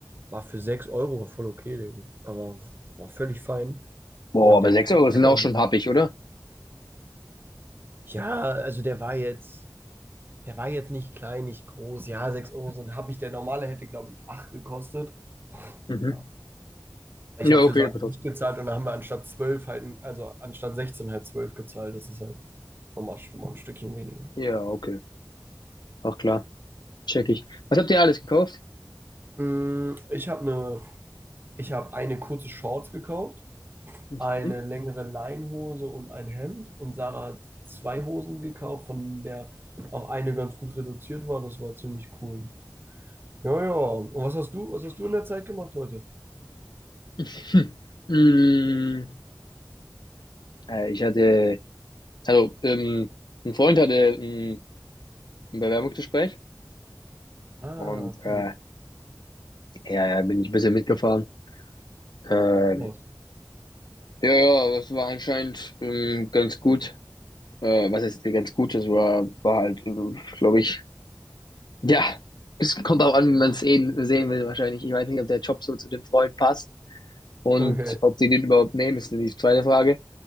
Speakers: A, on the right (about 30°); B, on the left (about 80°).
A: War für 6 Euro, war voll okay, Digga. Aber war völlig fein.
B: Boah,
A: Und
B: aber
A: der
B: 6
A: war
B: Euro sind
A: lecker.
B: auch schon happig, oder?
A: Ja, also der war jetzt, der war jetzt nicht klein, nicht groß. Ja, 6 Euro sind, habe ich, der normale hätte, glaube ich, 8 gekostet.
B: Mhm.
A: Ja, Weil
B: Ja,
A: ich habe
B: okay,
A: für Sachen
B: aber trotzdem.
A: nicht gezahlt und da haben wir anstatt 12 halt, also anstatt 16 halt 12 gezahlt. Das ist halt nochmal schon mal ein Stückchen weniger.
B: Ja, okay. Ach klar, check ich. Was habt ihr alles gekauft?
A: Mm, Ich habe eine, ich habe eine kurze Shorts gekauft,
B: Mhm.
A: eine längere Leinhose und ein Hemd. Und Sarah hat zwei Hosen gekauft, von der auch eine ganz gut reduziert war. Das war ziemlich cool. Ja, ja. Und was hast du, was hast du in der Zeit gemacht heute?
B: Hm. Mm, Äh, ich hatte, also ähm, ein Freund hatte ähm, ein Bewerbungsgespräch
A: Ah,
B: und äh,
A: cool.
B: ja, ja, bin ich ein bisschen mitgefahren. Ähm,
A: Cool aus.
B: ja, ja, aber es war anscheinend ähm, ganz gut. Äh, was ist ganz gut? Das war, war halt, ähm, glaube ich, Ja, es kommt auch an, wie man es sehen, sehen will wahrscheinlich. Ich weiß nicht, ob der Job so zu dem Freund passt und
A: Okay.
B: ob die den überhaupt nehmen, ist die zweite Frage.